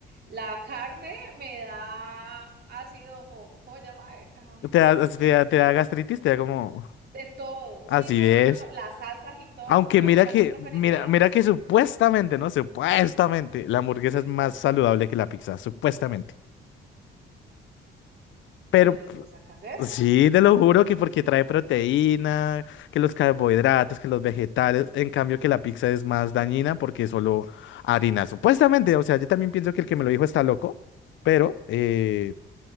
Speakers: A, on the right; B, on the left.
A: La carne me da ácido, ¿cómo se llama? Eh, Ay,
B: ¿Te
A: se
B: da,
A: me fue.
B: te da, te da gastritis? ¿Te da como
A: De todo.
B: acidez?
A: Sí, no, no, no, no. Las salsas y todo.
B: Aunque
A: No,
B: mira
A: yo también
B: que,
A: preferiría
B: mira,
A: la
B: mira
A: pizza.
B: que supuestamente, ¿no? Supuestamente, la hamburguesa es más saludable que la pizza, supuestamente. pero
A: ¿Tú de dónde sacas eso?
B: Sí, te lo juro que porque trae proteína, que los carbohidratos, que los vegetales, en cambio que la pizza es más dañina porque es solo harina, supuestamente, o sea, yo también pienso que el que me lo dijo está loco, pero, eh,